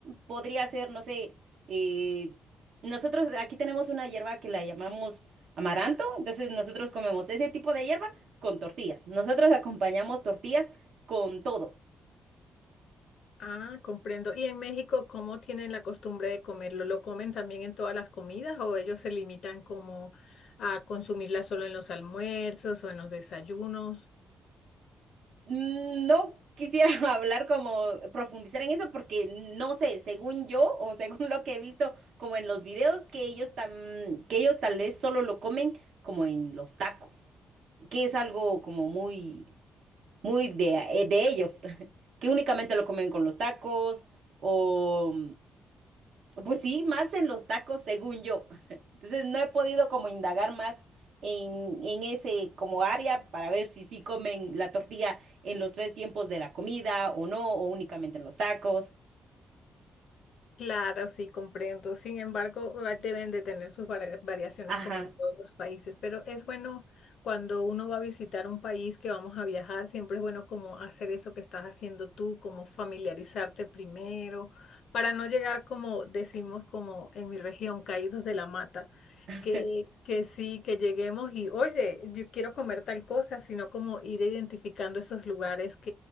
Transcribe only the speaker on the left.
Ah, comprendo. ¿Y en México cómo tienen la costumbre de comerlo? ¿Lo comen también en todas las comidas o ellos se limitan como a consumirla solo en los almuerzos o en los desayunos?
Claro, sí, comprendo. Sin embargo, va- deben de tener sus varia- variaciones
como en todos los países, pero es bueno cuando uno va a visitar un país que vamos a viajar, siempre es bueno como hacer eso que estás haciendo tú, como familiarizarte primero, para no llegar como decimos como en mi región, caídos de la mata,
que, que sí, que lleguemos y, oye, yo quiero comer tal cosa, sino como ir identificando esos lugares